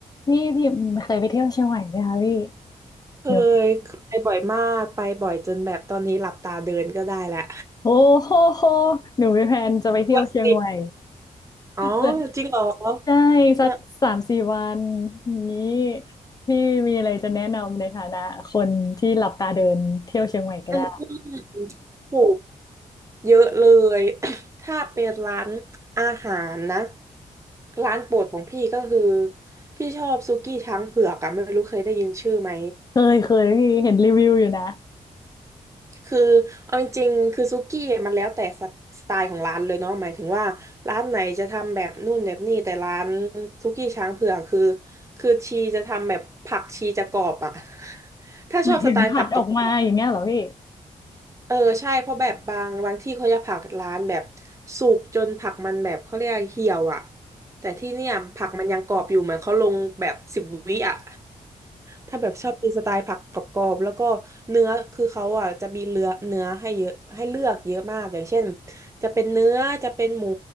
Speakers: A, on the left; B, on the right.
A: พี่พี่เคยไปเที่ยวเชียงใหม่ไหมคะพี่
B: เค
A: หนู
B: ยไปบ่อยมากไปบ่อยจนแบบตอนนี้หลับตาเดินก็ได้แหละว
A: โอ้โหโหหนูมีแพลนจะไปเที่ยวเชียงใหม่
B: ว่าเสิอ๋อ
A: <laughs>
B: จริงเหรอ
A: ใช่สักสามสี่วัน
B: เออ
A: นี้พี่มีอะไรจะแนะนำในฐานะคนที่หลับตาเดินเที่ยวเชียงใหม่ก็ได้
B: อันนี้โหเยอะเลย <coughs> ถ้าเป็นร้านอาหารนะร้านโปรดของพี่ก็คือพี่ชอบซุกี้ช้างเผือกอะไม่รู้เคยได้ยินชื่อไหม
A: <laughs> เคยเคยพี่เห็นรีวิวอยู่นะ
B: คือเอาจริงๆคือซุกี้มันแล้วแต่สสไตล์ของร้านเลยเนาะหมายถึงว่าร้านไหนจะทำแบบนู่นแบบนี่แต่ร้านซุกี้ช้างเผือกคือคือชีจะทำแบบผักชีจะกรอบอ่ะ <laughs> ถ้าชอบสไตล์ผักกรอบ
A: หมายถึงผัดออกมาอย่างเงี้ยเหรอพี่
B: ๆเออใช่เพราะแบบบางบางที่เขาจะผักร้านแบบสุกจนผักมันแบบเขาเรียกเหี่ยวอ่ะแต่ที่เนี่ยผักมันยังกรอบอยู่เหมือนเขาลงแบบสิบวิอ่ะ ถ้าแบบชอบกินสไตล์ผักกรอบๆแล้วก็เนื้อคือเขาอ่ะจะมีเลือเนื้อให้เยอะให้เลือกเยอะมากอย่างเช่นจะเป็นเนื้อจะเป็นหมู